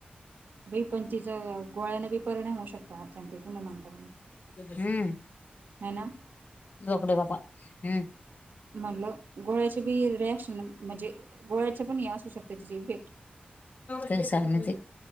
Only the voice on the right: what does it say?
ब पंचचा गोळ्यानाी परिणाम होऊ शकतो अर्जांचा किंवा मानता
ह ना
म्हणल गोळ्याचे बी रिॲक्शन म्हणजे गोळ्याचे पण हे असू शकते. तिचे इफेक्ट